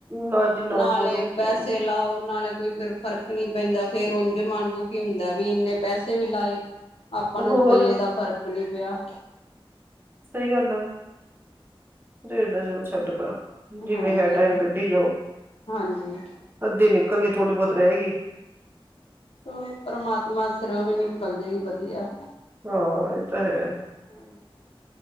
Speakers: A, on the right (about 20°); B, on the left (about 85°).
A: ਨਾ- ਜੀ ਨਾ
B: ਨਾਲੇ
A: ਬਹੁਤ ਔਖਾ
B: ਪੈਸੇ ਲਾਓ ਨਾਲੇ- ਕੋਈ ਫੇਰ ਫ਼ਰਕ ਨਹੀ ਪੈਂਦਾ ਫੇਰ ਉਝ ਮਨ ਦੁਖੀ ਹੁੰਦਾ ਵੀ ਇਨੇ ਪੈਸੇ ਵੀ ਲਾਏ ਆਪਾਂ ਨੂੰ
A: ਹੋਰ
B: ਰੁਪਈਏ ਦਾ ਫ਼ਰਕ ਨਹੀ ਪਿਆ-
A: ਸਹੀ ਗੱਲ ਹੈ। ਜਿਰ ਦਾ ਚਿਰ ਛੱਡ ਕਰੋ ਜਿਵੇਂ
B: ਹਾਂਜੀ
A: ਹੈ।
B: ਇਹ
A: ਟਾਈਮ
B: ਤੇ
A: ਕੱਢੀ ਜਾਓ
B: ਹਾਂਜੀ-
A: ਅੱਧੀ ਨਿਕਲ ਗਈ ਥੋੜ੍ਹੀ ਬਹੁਤ ਰਹਿ ਗਈ-
B: ਚਲੋ ਪਰਮਾਤਮਾ ਸਿਰ ਉਹ ਵੀ ਨਿਕਲ ਜਏਗੀ ਵਧੀਆ
A: ਹਾਂ ਇਹ ਤਾਂ ਹੈ।
B: ਹਾਂਜੀ-